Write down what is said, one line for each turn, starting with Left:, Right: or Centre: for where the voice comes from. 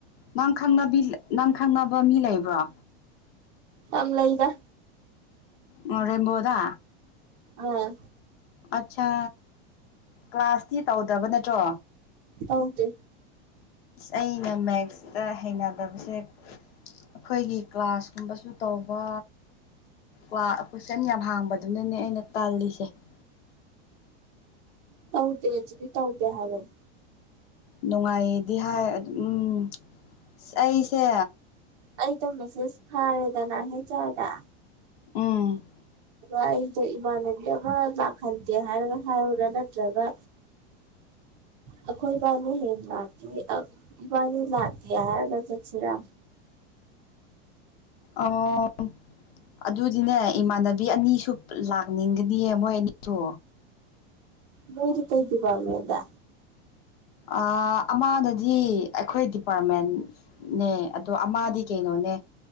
Left: ꯅꯪ ꯈꯪꯅꯕꯤ ꯅꯪ ꯈꯪꯅꯕ ꯃꯤ ꯂꯩꯕ꯭ꯔꯣ
Right: ꯌꯥꯝ ꯂꯩꯗꯥ
Left: ꯃꯅꯤꯄꯨ꯭ꯔꯗ
Right: ꯑꯥ
Left: ꯑꯠꯆꯥ ꯀ꯭ꯂꯥꯁꯇꯤ ꯇꯧꯗꯕ ꯅꯠꯇ꯭ꯔꯣ
Right: ꯇꯧꯗꯦ
Left: ꯑꯩꯅ ꯃꯦꯛꯁꯇ ꯍꯩꯅꯗꯕꯁꯦ ꯑꯩꯈꯣꯏꯒꯤ ꯀ꯭ꯂꯥꯁꯀꯨꯝꯕꯁꯨ ꯇꯧꯕ ꯋꯥ ꯀꯣꯏꯁꯟ ꯌꯥꯝ ꯍꯪꯕꯗꯨꯅꯅꯦ ꯑꯩꯅ ꯇꯥꯜꯂꯤꯁꯦ ꯎ <unintelligible>
Right: ꯇꯧꯗꯦ ꯗꯨꯗꯤ ꯇꯧꯗꯦ ꯍꯥꯏꯔꫭ
Left: ꯅꯨꯡꯉꯥꯏꯌꯦꯗꯤ ꯍꯥꯏ ꯎꯝ ꯑ ꯑꯩꯁꯦ
Right: ꯑꯩꯇꯣ ꯃꯤꯁꯦꯁ ꯊꯔꯦꯗꯅ ꯍꯥꯏ ꯑꯔ ꯗꯥ
Left: ꯎꯝ
Right: ꯑꯩꯗꯣ ꯏꯃꯥꯟꯅꯕꯤ ꯑꯃ ꯂꯥꯛꯍꯟꯗꯦ ꯍꯥꯏꯔꯒ ꯍꯥꯏꯌꯨꯔꯥ ꯅꯠꯇ꯭ꯔꯒ ꯑꯩꯈꯣꯏꯕꯥꯅꯤ ꯍꯦꯡ‌‌ ꯂꯥꯛꯀꯦ ꯏꯕꯥꯅꯤ ꯂꯥꯛꯀꯦ ꯍꯥꯏꯔꯒ ꯆꯠꯁꯤꯔꯥ
Left: ꯑꯥ ꯑꯗꯨꯗꯤꯅꯦ ꯏꯃꯥꯟꯅꯕꯤ ꯑꯅꯤꯁꯨ ꯂꯥꯛꯅꯤꯡꯒꯅꯤꯌꯦ ꯃꯣꯏ ꯑꯅꯤꯁꯨ
Right: ꯃꯣꯏꯗꯤ ꯀꯩ ꯗꯤꯄꯥꯔꯃꯦꯟꯗꯥ
Left: ꯑꯥ ꯑꯃꯗꯨꯗꯤ ꯑꯩꯈꯣꯏ ꯗꯤꯄꯥꯔꯠꯃꯦꯟꯅꯦ ꯑꯗꯣ ꯑꯃꯗꯤ ꯀꯩꯅꯣꯅꯦ